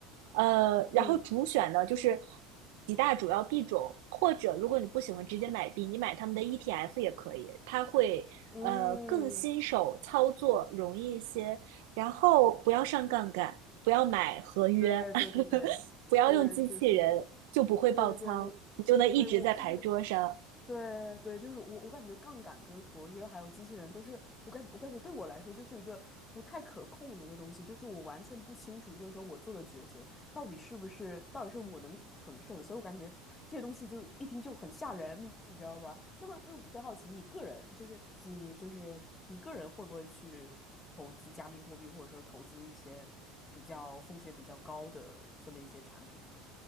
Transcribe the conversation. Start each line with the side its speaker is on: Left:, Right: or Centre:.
Right: 呃，然后主选呢就是
Left: 嗯
Right: 几大主要币种，或者如果你不喜欢直接买币，你买他们的 ETF 也可以，它会呃更新手操作容易一些，
Left: 嗯，
Right: 然后不要上杠杆，不要买合约
Left: 对对对对，
Right: <laughs>，不要用机器人，
Left: 是是是，
Right: 就不会爆仓，
Left: 对对对，我
Right: 你就能一直在牌桌上。
Left: 对我就是。对对，就是我，我感觉杠杆跟合约还有机器人都是我感我感觉对我来说就是一个不太可控的一个东西，就是我完全不清楚，就是说我做的抉择到底是不是到底是我能承受的，所以我感觉这些东西就一听就很吓人，你知道吧？那么，那我特别好奇，你个人就是你就是你个人会不会去投资加密货币，或者说投资一些比较风险比较高的这么一些产品呢？